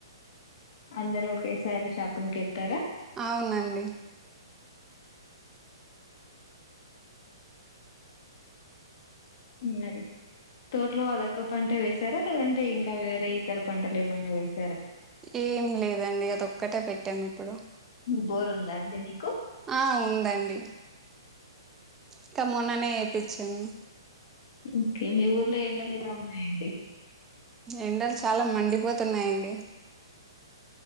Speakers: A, on the left; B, on the right.
A: అందరు ఒకేసారి షాపింగ్ కెల్తారా
B: అవునండి.
A: మరి తోటలో అదొక పంట వేసారా. లేదంటే ఇంకా వేరే ఇతర పంటలు ఏమైనా వేస్
B: ఏం లేదండి. అది ఒక్కటే పెట్టాము ఇప్పుడు
A: బోర్ ఉందా అండి మీకు
B: ఆ ఉందండి ఇంకా మొన్ననే వేపిచ్చాము.
A: ఓకే మీ ఊర్లో ఎండలు ఏలా ఉన్నాయండి.
B: ఎండలు చాలా మండిపోతున్నాయండి.